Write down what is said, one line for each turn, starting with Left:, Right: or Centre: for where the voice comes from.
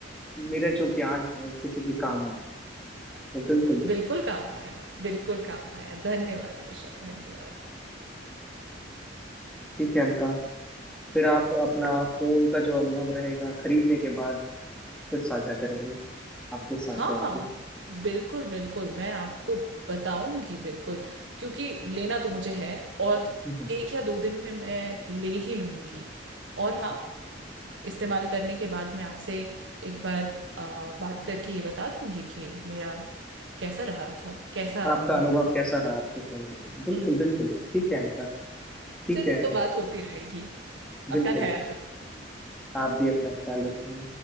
Centre: मेरा जो ज्ञान है किसी के काम आया तो बिल्कुल
Right: बिल्कुल काम आया बिल्कुल काम आया धन्यवाद ऋषभ धन्यवाद
Centre: ठीक है अनका फिर आप अपना फोन का जो अनुभव रहेगा खरीदने के बाद फिर साझा करेंगे आपके साथ
Right: हाँ
Centre: बैठ
Right: हाँ
Centre: के
Right: बिल्कुल बिल्कुल मैं आपको बताऊंगी बिल्कुल क्योंकि लेना तो मुझे है और
Centre: हम्म।
Right: एक या दो दिन में मैं ले ही लूंगी और हाँ इस्तेमाल करने के बाद मैं आपसे एक बार अ, बात करके ये बता दूंगी कि मेरा कैसा रहा था कैसा
Centre: आपका
Right: अनुभव
Centre: अनुभव
Right: रहा
Centre: कैसा रहा आपके फोन के साथ बिल्कुल
Right: हम्म
Centre: बिल्कुल
Right: हम्म,
Centre: ठीक है अनका ठीक
Right: चलिए
Centre: है
Right: तो बात होती रहेगी अपना
Centre: बिल्कुल
Right: ख्याल रखिए
Centre: आप भी अपना ख्याल रखें